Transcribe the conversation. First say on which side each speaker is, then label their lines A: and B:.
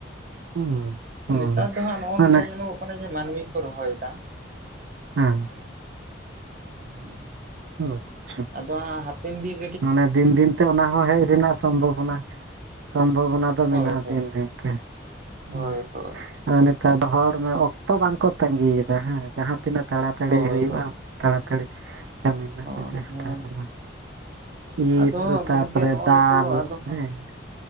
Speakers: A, on the right (about 70°); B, on the right (about 45°).
A: ᱦᱮᱸ ᱦᱮᱸ
B: ᱱᱮᱛᱟᱨ ᱫᱚ ᱦᱟᱸᱜ ᱱᱚᱜᱼᱚ
A: ᱢᱟᱱᱮ
B: ᱱᱚᱝᱠᱟᱼᱼ ᱟᱧᱡᱚᱢᱚᱜ ᱠᱟᱱᱟ ᱡᱮ ᱢᱟᱹᱱᱢᱤ ᱠᱚ ᱨᱚᱦᱚᱭᱮᱫᱟ᱾
A: ᱦᱮᱸ᱾
B: ᱦᱮᱸ᱾
A: ᱚ ᱚᱪᱪᱷᱟ᱾
B: ᱟᱫᱚ ᱦᱟᱯᱮᱱ ᱫᱤᱱᱼᱼ
A: ᱢᱟᱱᱮ ᱫᱤᱱ ᱫᱤᱱᱛᱮ ᱚᱱᱟ ᱦᱚᱸ ᱦᱮᱡ ᱨᱮᱱᱟᱜ ᱥᱚᱢᱵᱷᱚᱵᱚᱱᱟᱼᱼ ᱥᱚᱢᱵᱷᱚᱵᱚᱱᱟ ᱫᱚ
B: ᱦᱳᱭ
A: ᱢᱮᱱᱟᱜᱼᱟ
B: ᱦᱳᱭ
A: ᱫᱤᱱ ᱫᱤᱱᱛᱮ ᱦᱩ
B: ᱦᱳᱭ ᱦᱳᱭ
A: ᱟᱫᱚᱼᱼ ᱛᱟᱭᱚᱢ ᱦᱚᱲ ᱚᱠᱛᱚ ᱵᱟᱝᱠᱚ ᱛᱟᱸᱜᱤᱭᱮᱫᱟ ᱦᱮᱸ ᱡᱟᱦᱟᱸ ᱛᱤᱱᱟᱹᱜ ᱛᱟᱲᱟᱛᱟᱹᱲᱤ
B: ᱦᱳᱭ
A: ᱦᱩᱭᱩᱜᱼᱟ᱾
B: ᱦᱳᱭ
A: ᱛᱟᱲᱟᱛᱟᱲᱤ ᱠᱟᱹᱢᱤ ᱨᱮᱱᱟᱜ
B: ᱦᱳᱭ
A: ᱠᱚ ᱪᱮᱥᱴᱟᱭᱟᱼᱼ
B: ᱦᱳᱭ
A: ᱤᱨ
B: ᱟᱫᱚ
A: ᱛᱟᱯᱚᱨᱮ
B: ᱜᱚᱝᱠᱮ ᱱᱚᱜᱼᱚᱭ
A: ᱫᱟᱞ
B: ᱛᱚ ᱟᱫᱚ ᱦᱟᱸᱜ
A: ᱦᱮᱸᱼᱼ